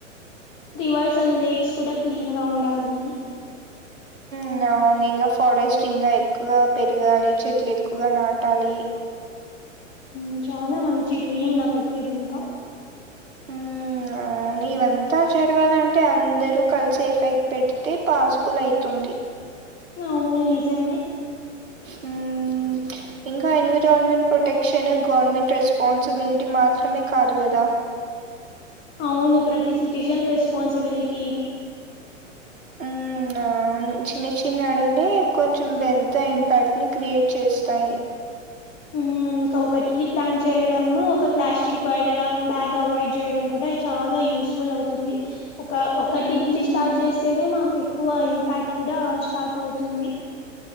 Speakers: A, on the left; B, on the right.
A: రివర్స్ అండ్ లేక్స్ కూడా క్లీన్ గా ఉండాలి
B: ఇంగ ఇంగ ఫారెస్ట్ ఇంగ ఎక్కువగా పెరగాలి చెట్లు ఎక్కువగా నాటాలి
A: ఉ చానా మంచి డ్రీమ్ నాకైతే ఇదంతా
B: మ్మ్ అవును ఇవంతా జరగాలంటే అందరూ కలిసి ఎఫైక్ట్ పెడితే పాస్బుల్ అయుతుంది
A: అవును నిజమే
B: మ్మ్ ఇంకా ఎన్విరాన్మెంట్ ప్రొటెక్షన్ గవర్నమెంట్ రెస్పాన్సిబిల్టీ మాత్రమే కాదు కదా
A: అవ్ను ప్రతి సిటిజన్ రెస్పాన్సిబిలిటీ ఇది
B: మ్మ్ అవును చిన్న చిన్న అడుగులే కొంచెం పెద్ద ఇంపాక్ట్ని క్రియేట్ చేస్తాయి
A: ఉమ్ ఇంకా ఒక ట్రీ ప్లాన్ చేయడము ఒక ప్లాస్టిక్ బ్యాడ బ్యాగ్ అవాడ్ చేయడం కూడా చాలా యూస్ఫులవుతుంది ఒక ఒకటి
B: మ్మ్
A: నుంచి స్టార్ట్ చేస్తేనే మనకెక్కువ ఇంపాక్ట్ కూడా స్టార్ట్ అవుతుంది